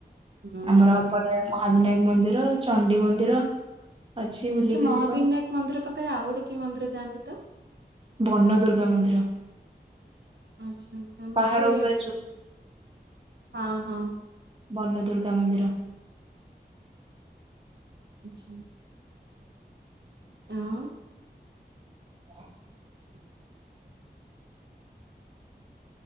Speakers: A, on the right; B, on the right.
A: ହୁଁ।
B: ଆମର ଏପଟେ ମହାବିନାୟକ ମନ୍ଦିର, ଚଣ୍ଡି ମନ୍ଦିର ଅଛି ବୁଲିକି
A: ଆଚ୍ଛା ମହାବିନାୟକ
B: ଯିବ
A: ମନ୍ଦିର ପାଖରେ ଆଉ ଗୋଟେ କିମନ୍ଦିର ଯାଆନ୍ତିତ?
B: ବନ ଦୁର୍ଗା ମନ୍ଦିର
A: ଆଚ୍ଛା ଆଁ ମତେ
B: ପାହାଡ ଉପରେ ଯୋଉ
A: ହଁ, ହଁ।
B: ବନ ଦୁର୍ଗା ମନ୍ଦିର।
A: ଆଚ୍ଛା। ଆଉ
B: <inaudible>